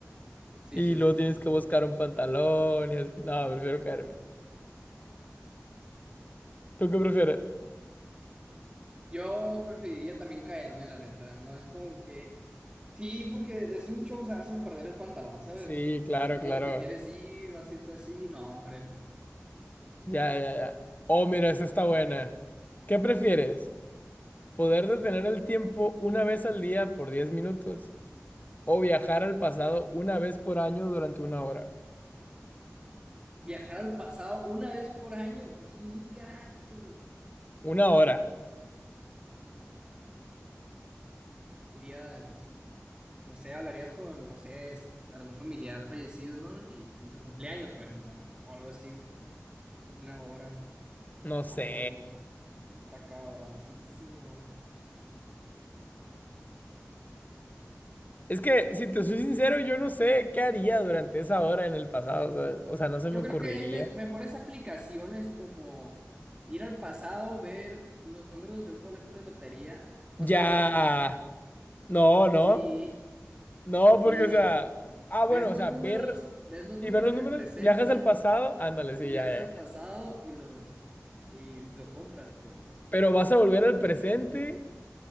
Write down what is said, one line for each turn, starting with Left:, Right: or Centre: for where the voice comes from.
Right: Sí,
Left: Y
Right: sí,
Left: luego
Right: sí, sí,
Left: tienes
Right: sí.
Left: que buscar un pantalón y así. No, prefiero caerme. ¿Tú qué prefieres?
Right: Yo preferiría también caerme, la neta, ¿no? Es como que... Sí, porque es un showzazo en perder el pantalón, ¿sabes?
Left: Sí, claro,
Right: Y luego
Left: claro.
Right: si te quieres ir o así, te así, no, hombre.
Left: Ya, ya, ya. Oh, mira, esta está buena. ¿Qué prefieres? ¿Poder detener el tiempo una vez al día por 10 minutos? ¿O viajar al pasado una vez por año durante una hora?
Right: Viajar al pasado una vez por año y gato.
Left: Una hora.
Right: Iría. No sé, hablarías con, no sé, es- algún familiar fallecido, ¿no? Y en tu cumpleaños, por ejemplo, o algo así, una hora.
Left: No
Right: A
Left: sé.
Right: la está cabroncísimo.
Left: Es que, si te soy sincero, yo no sé qué haría durante esa hora en el pasado, ¿sabes? O sea, no se
Right: Yo
Left: me ocurriría.
Right: creo que hay me- mejores aplicaciones como ir al pasado, ver los números de un boleto de lotería. O
Left: Ya.
Right: sea,
Left: No, no.
Right: sí,
Left: No,
Right: sí.
Left: porque, o sea. Ah,
Right: Ves
Left: bueno,
Right: los
Left: o sea,
Right: números,
Left: ver
Right: ves los
Left: y
Right: números
Left: ver los
Right: en
Left: números,
Right: el presente
Left: viajas al pasado, ándale, sí,
Right: y viajas
Left: ya,
Right: al
Left: ya.
Right: pasado y los y lo compras, pues.
Left: Pero vas a volver al presente